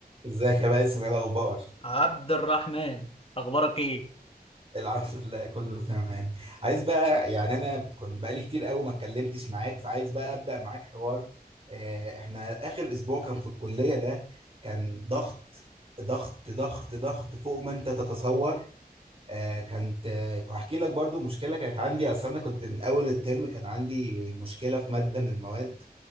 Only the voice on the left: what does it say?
عبد الرحمن اخبارك ايه